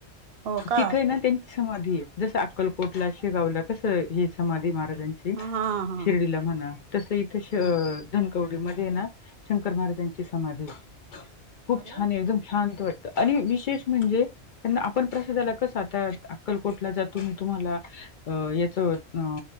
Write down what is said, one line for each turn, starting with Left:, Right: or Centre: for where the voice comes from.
Right: हो का
Left: तिथं
Right: हा
Left: आहे ना त्यांची समाधी आहे जसं अक्कलकोटला शेगावला कसं हे समाधी महाराजांची
Right: हा हा
Left: शिर्डीला म्हणा तस इथ
Right: हा
Left: धनकवडी मध्ये ना शंकर महाराजांची समाधी खूप
Right: अरे
Left: छान
Right: वा
Left: आहे एकदम शांत वाटत आणि विशेष म्हणजे आपण प्रसादाला कस आता अक्कलकोटला जातो तुम्हाला अ याचं अ